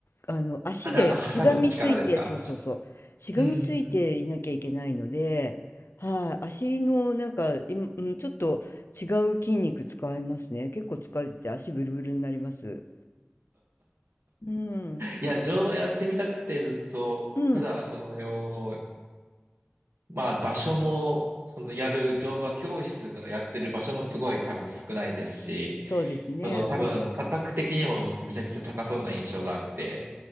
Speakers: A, on the left; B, on the right.
A: あの、足でしがみついて、
B: あ、なんか挟む力ですか
A: そうそうそう、しがみついていなきゃいけないので、
B: うんうん
A: はい、足のなんか、いうん、ちょっと違う筋肉使いますね。結構疲れてて足ブルブルになります。うん、
B: いや、乗馬やってみたくてずっと、
A: うん、
B: ただ、そのよ、まあ、場所も、そのやる乗馬教室がやってる場所もすごい多分少ないですし、
A: そうですね、
B: その多分価格的にもめちゃくちゃ高そうな印象があって、
A: うん。